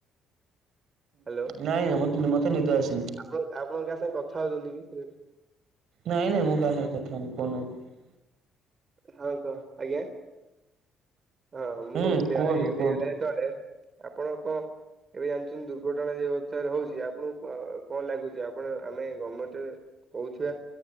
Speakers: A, on the right; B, on the right.
A: ହ୍ୟାଲୋ!
B: ନାଇଁ ନାଇଁ ମତେ ମତେ ନିଦ ଆସିନି
A: ଆପଣ ଆପଣ କାସାଙ୍ଗେ କଥ ଥା ହଉଛନ୍ତି କି ସେ ଘରେ?
B: ନାଇଁ ନାଇ ମୁଁ କାହା ସହ କଥା ହଉନି, କହୁନାହାନ୍ତି!
A: ହଁ କହ। ଆଜ୍ଞା? ହଁ।
B: କହୁନାହାନ୍ତି
A: ମୁଁ କହୁଥିଲି
B: ହୁଁ କୁହନ୍ତୁ
A: ଏଇ ହେଇଗଲା
B: କୁହନ୍ତୁ
A: ଯେତେବେଳେ ଆପଣଙ୍କୁ କଣ ଏବେ ଜାଣିଚନ୍ତି ଦୁର୍ଘଟଣା ଯେଉ ହିସାବରେ ହଉଛି ଆପଣଙ୍କୁ କ-କଣ ଲାଗୁଚି? ଆପଣ ଆମେ ଗମେଣ୍ଟରେ କଉଥିବା,